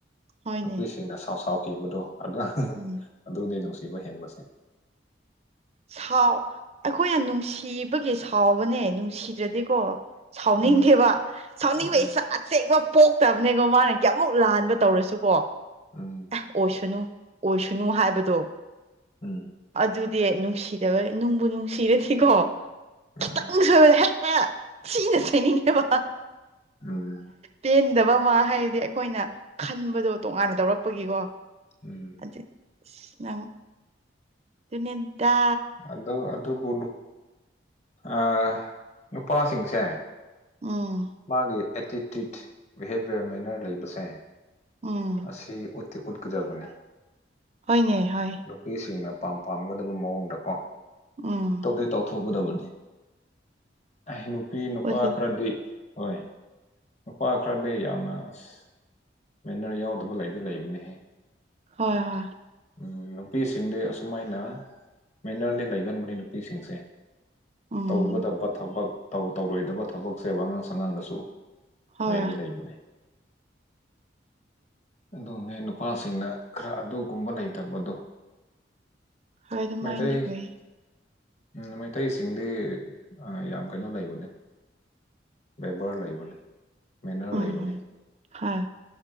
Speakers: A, on the right; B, on the left.
A: ꯍꯣꯏꯅꯦ
B: ꯅꯨꯄꯤꯁꯤꯡꯅ ꯁꯥꯎ ꯁꯥꯎꯈꯤꯕꯗꯣ ꯑꯗꯨ
A: ꯎꯝ
B: ꯑꯗꯨꯗꯤ ꯅꯨꯡꯁꯤꯕ ꯍꯦꯟꯕꯁꯦ
A: ꯁꯥꯎ ꯑꯩꯈꯣꯏꯅ ꯅꯨꯡꯁꯤꯕꯒꯤ ꯁꯥꯎꯕꯅꯦ ꯅꯨꯡꯁꯤꯗ꯭ꯔꯗꯤꯀꯣ ꯁꯥꯎꯅꯤꯡꯗꯦꯕ
B: ꯎꯝ
A: ꯁꯥꯎꯅꯤꯡꯕ
B: ꯎꯝ
A: ꯑꯩꯁꯥꯠ ꯆꯦꯛꯂꯛ ꯄꯣꯛꯇꯕꯅꯦꯀꯣ ꯃꯥꯅ ꯀꯌꯥꯃꯨꯛ ꯂꯍꯟꯕ ꯇꯧꯔꯁꯨꯀꯣ
B: ꯎꯝ
A: ꯑꯦ ꯑꯣꯏꯁꯅꯨ ꯑꯣꯏꯁꯅꯨ ꯍꯥꯏꯕꯗꯣ
B: ꯎꯝ
A: ꯑꯗꯨꯗꯤ ꯅꯨꯡꯁꯤꯗꯕ ꯅꯨꯡꯕꯨ ꯅꯨꯡꯁꯤꯔꯗꯤꯀꯣ
B: ꯎꯝ
A: ꯈꯤꯛꯇꯪ ꯁꫭꯏꯕꯗ ꯍꯦꯛꯇ ꯊꯤꯅ ꯆꯩꯅꯤꯡꯉꯦꯕ
B: ꯎꯝ
A: ꯄꯦꯟꯗꯕ ꯑꯃ ꯍꯥꯏꯗꯤ ꯑꯩꯈꯣꯏꯅ ꯈꯟꯕꯗꯣ ꯇꯣꯉꯥꯟꯅ ꯇꯧꯔꯛꯄꯒꯤꯀꯣ
B: ꯎꯝ
A: ꯑꯗꯨꯗꯤ ꯅꯪ ꯑꯗꯨꯅꯦꯗꯥ
B: ꯑꯗꯨ ꯑꯗꯨꯕꯨ ꯑ ꯅꯨꯄꯥꯁꯤꯡꯁꯦ
A: ꯎꯝ
B: ꯃꯥꯒꯤ ꯑꯦꯇꯤꯇ꯭ꯌꯨꯠ ꯕꯤꯍꯦꯕꯤꯌꯔ ꯃꯦꯅꯔ ꯂꯩꯕꯁꯦ
A: ꯎꯝ
B: ꯑꯁꯤ ꯎꯠ ꯗꯨ ꯎꯠꯀꯗꯕꯅꯦ
A: ꯍꫭꯏꯅꯦ ꯍꫭꯏ
B: ꯅꯨꯄꯤꯁꯤꯡꯅ ꯄꯥꯝ ꯄꯥꯝꯒꯗꯕ ꯃꯑꯣꯡꯗꯀꯣ
A: ꯎꯝ
B: ꯑꯗꯨꯗꯤ ꯇꯧꯊꯣꯛꯀꯗꯕꯅꯤ ꯑꯩ ꯅꯨꯄꯤ ꯅꯨꯄꯥ
A: ꯑꯣꯏꯒ
B: ꯈꯔꯗꯤ ꯍꯣꯏ ꯅꯨꯄꯥ ꯈꯔꯗꯤ ꯌꯥꯝꯅ ꯑꯁ ꯃꯦꯅꯔ ꯌꯥꯎꯗꯕ ꯂꯩꯗꯤ ꯂꯩꯕꯅꯤꯍꯦ
A: ꯍꯣꯏ ꯍꯣꯏ
B: ꯎꯝ ꯅꯨꯄꯤꯁꯤꯡꯗꯤ ꯑꯁꯨꯃꯥꯏꯅ ꯃꯦꯅꯔꯗꯤ ꯂꯩꯒꯟꯕꯅꯤ ꯅꯨꯄꯤꯁꯤꯡꯁꯦ
A: ꯎꯝ
B: ꯇꯧꯒꯗꯕ ꯊꯕꯛ ꯇꯧ ꯇꯧꯔꯣꯏꯗꯕ ꯊꯕꯛꯁꯦ ꯋꯉꯥꯡ ꯁꯉꯥꯡꯗꯁꯨ
A: ꯍꯣꯏ
B: ꯂꯩꯗꯤ ꯂꯩꯕꯅꯦ ꯑꯗꯨꯅꯦ ꯅꯨꯄꯥꯁꯤꯡꯅ ꯈꯔ ꯑꯗꯨꯒꯨꯝꯕ ꯂꯩ ꯇꯕꯗꫭ
A: ꯍꯣꯏ ꯑꯗꯨꯃꯥꯏꯅꯗꯤ
B: ꯃꯥꯏꯇꯩ
A: ꯑꯣꯏ
B: ꯎꯝ ꯃꯩꯇꯩꯁꯤꯡꯗꯤ ꯑꯥ ꯌꯥꯝ ꯀꯩꯅꯣ ꯂꯩꯕꯅꯦ ꯕ‌ꯦꯕꯥꯔ ꯂꯩꯕꯅꯦ ꯃꯦꯅꯔ
A: ꯎꯝ
B: ꯂꯩꯕꯅꯤ
A: ꯎꯝ ꯍꯣꯏ